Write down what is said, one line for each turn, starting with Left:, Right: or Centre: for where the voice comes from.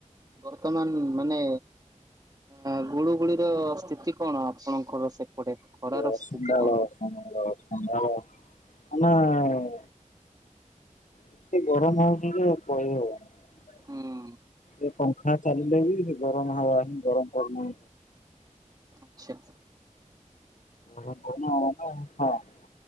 Right: ବର୍ତ୍ତମାନ ମାନେ ଆ ଗୁଳୁଗୁଳିର ସ୍ଥିତି କଣ ଆପଣଙ୍କର ସେପଟେ? ଖରାର
Left: ଅସମ୍ଭାଳ
Right: ସ୍ଥିତି କଣ?
Left: ଅସମ୍ଭାଳ ଅସମ୍ଭାଳ ମାନେ ଏତେ ଗରମ ହେଉଛି ଯେ କହି ହବନି
Right: ହଁ
Left: ଏ ପଙ୍ଖା ଚାଲିଲେ ବି ସେ ଗରମ ହାୱା ହିଁ ଗରମ ପବନ।
Right: ଆଛା
Left: ହ କହୁନ <unintelligible>